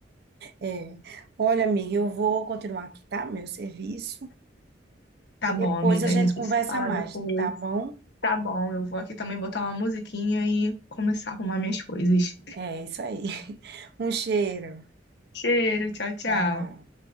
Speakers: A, on the right; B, on the left.
A: É. Olha, amiga, eu vou continuar aqui, tá? Meu serviço.
B: Tá
A: E
B: bom,
A: depois
B: amiga,
A: a gente
B: a gente
A: conversa
B: se fala
A: mais,
B: depois.
A: tá bom?
B: Tá bom, eu vou aqui também botar uma musiquinha e começar a arrumar minhas coisas.
A: É isso aí. <laughs> Um cheiro.
B: Cheiro, tchau, tchau.
A: Tchau.